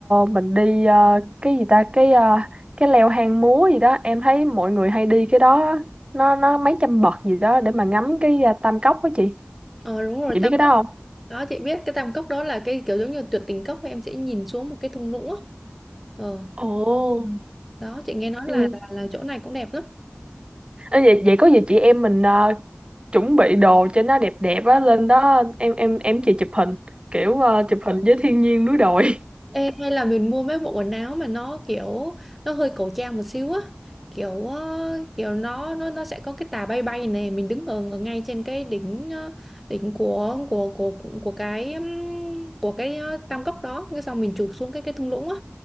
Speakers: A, on the right (about 25°); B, in the centre.
A: mình đi ờ, cái gì ta cái ờ, cái leo hang múa gì đó em thấy mọi người hay đi cái đó á. nó nó mấy trăm bậc gì đó để mà ngắm cái ờ, Tam Cốc đó chị
B: Ờ đúng rồi,
A: chị
B: Tam
A: biết cái đó
B: Cốc.
A: không
B: Đó chị biết cái Tam Cốc đó là cái kiểu giống như tuyệt tình cốc em sẽ nhìn xuống một cái thung lũng á. Ờ.
A: Ồ,
B: Ừ. Đó chị nghe nói là,
A: ừ.
B: là là chỗ này cũng đẹp lắm.
A: Ơ vậy vậy có gì chị em mình ờ, chuẩn bị đồ cho nó đẹp đẹp á lên đó em em em chị chụp hình kiểu ờ, chụp hình với thiên nhiên núi đồi
B: Ê, hay là mình mua mấy bộ quần áo mà nó kiểu nó hơi cổ trang một xíu á kiểu ờ, kiểu nó nó nó sẽ có cái tà bay bay này mình đứng ở, ở ngay trên cái đỉnh ờ, đỉnh của của của của cái ừm, của cái ờ, tam cốc đó cái xong mình chụp xuống cái cái thung lũng á